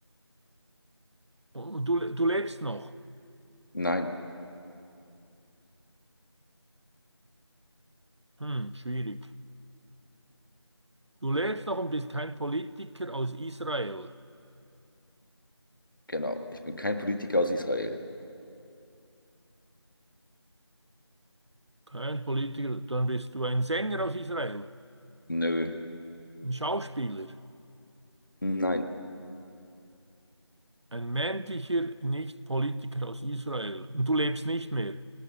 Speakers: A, on the right (about 75°); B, on the left (about 45°).
A: Und du, du lebst noch.
B: nein,
A: Hm, schwierig. Du lebst noch und bist kein Politiker aus Israel.
B: genau. Ich bin kein Politiker aus Israel.
A: Kein Politiker, dann bist du ein Sänger aus Israel.
B: Nö.
A: Ein Schauspieler.
B: Nein.
A: Ein männlicher Nicht-Politiker aus Israel. Und du lebst nicht mehr.